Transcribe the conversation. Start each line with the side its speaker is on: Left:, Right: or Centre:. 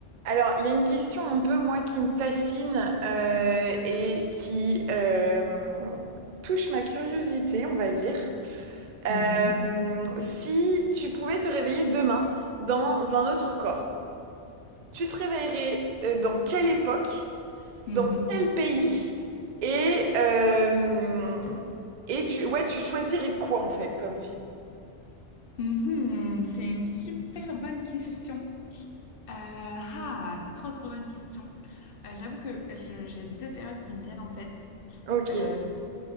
Right: Alors, il y a une question un peu, moi, qui me fascine euh, et qui euh, touche ma curiosité, on va dire. Euh,
Left: Mhm,
Right: si tu pouvais te réveiller demain dans un autre corps, tu te réveillerais euh, dans quelle époque,
Left: mhm.
Right: dans quel pays et, euh, et tu, ouais, tu choisirais quoi, en fait, comme vie?
Left: Mhm, c'est une super bonne question. Euh, ah, trop trop bonne question. Euh, j'avoue que je- j'ai deux périodes qui me viennent en tête.
Right: Ok.
Left: Euh,